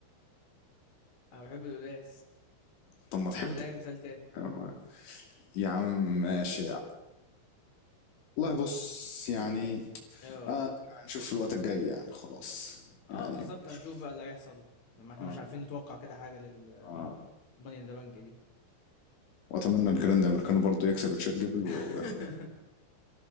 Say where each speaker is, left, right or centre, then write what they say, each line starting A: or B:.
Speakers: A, on the left (about 35°); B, on the left (about 65°).
A: انا بحب القلقاس
B: طب ما تحبه
A: قول اي مثال تاني
B: أه، يا عم ماشي يا عم والله بص يعني
A: اه
B: آه هنشوف في الوقت الجاي يعني خلاص يعني
A: اه بالظبط
B: نشوف
A: هنشوف بقى اللي هيحصل ما احنا
B: اه
A: مش عارفين نتوقع كده حاجه للماني
B: اه
A: ان ذا بانك دي
B: واتمنى الجراند امريكانو برضو يكسب تشات جيبل
A: <laughs>
B: وياخد